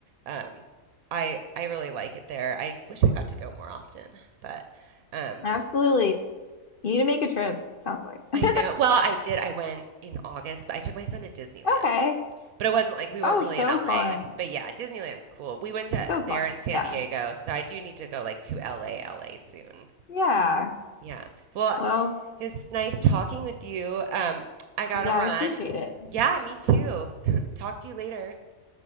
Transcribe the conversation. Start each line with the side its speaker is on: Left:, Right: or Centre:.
Right: um, I I really like it there. I wish I got to go more often, but um,
Left: Absolutely. You need to make a trip, sounds like. <laughs>
Right: I know. Well, I did. I went in August, but I took my son to Disneyland.
Left: Okay.
Right: But it wasn't like we weren't
Left: Oh,
Right: really
Left: so
Right: in LA.
Left: fun.
Right: But yeah, Disneyland's cool. We went to
Left: So
Right: there
Left: fun.
Right: in San
Left: Yeah.
Right: Diego, so I do need to go like to LA, LA soon.
Left: Yeah.
Right: Yeah. Well,
Left: Well,
Right: it's nice talking with you. Um, I gotta
Left: yeah,
Right: run.
Left: I appreciate it.
Right: Yeah, me too. <laughs> Talk to you later.